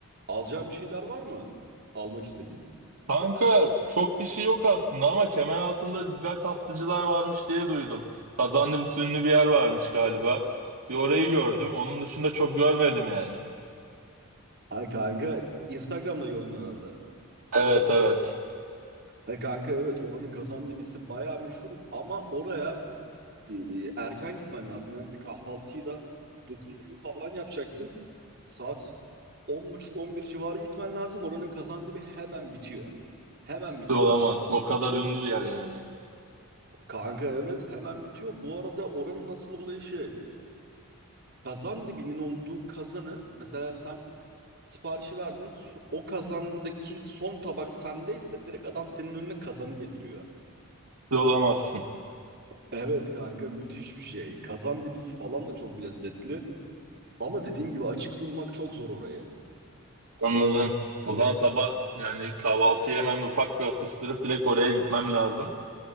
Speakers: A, on the right; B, on the right.
A: Alacağın bir şeyler var mı? Almak istediğin.
B: Kanka çok bir şey yok aslında ama kemer altında güzel tatlıcılar varmış diye duydum. Kazanlı bir sünlü bir yer varmış galiba. Bir orayı gördüm. Onun dışında çok görmedim yani.
A: Ay kanka Instagram'da gördün herhalde.
B: Evet evet.
A: He kanka evet oranın kazan dibisi bayağı meşhur ama oraya e, erken gitmen lazım. Yani kahvaltıyı da 9 gibi falan yapacaksın. Saat 10.30-11 civarı gitmen lazım. Oranın kazan dibi hemen bitiyor. Hemen
B: Ciddi
A: bitiyor.
B: olamazsın. O kadar ünlü bir yer yani.
A: Kanka evet hemen bitiyor. Bu arada oranın asıl olayı şey. Kazan dibinin olduğu kazanı mesela sen siparişi verdin. su- O kazandaki son tabak sendeyse direkt adam senin önüne kazanı getiriyor.
B: Ciddi olamazsın.
A: Evet kanka müthiş bir şey. Kazan dibisi falan da çok lezzetli. Ama dediğin gibi açık bulmak çok zor orayı.
B: Anladım. O
A: O-
B: zaman sabah yani kahvaltı yemem ufak bir atıştırıp direkt oraya gitmem lazım.